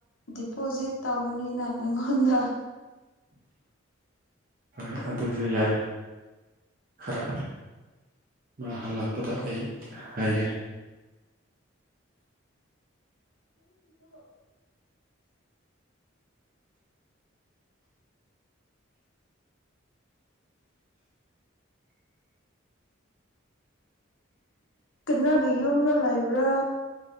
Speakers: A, on the left; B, on the right.
A: ꯗꯤꯄꯣꯖꯤꯠ ꯇꯧꯕꯅꯤꯅ ꯅꯪꯉꯣꯟꯗ
B: ꯍꯣꯏ ꯑꯗꯨꯁꯨ ꯌꯥꯏ ꯈꯔ ꯃꯥ ꯍꯜꯂꯛꯄꯗ ꯑꯩ ꯍꯥꯏꯒꯦ
A: <inaudible> ꯀꯥꯟꯅꯗꯤ ꯌꯨꯝꯗ ꯂꯩꯕ꯭ꯔꯥ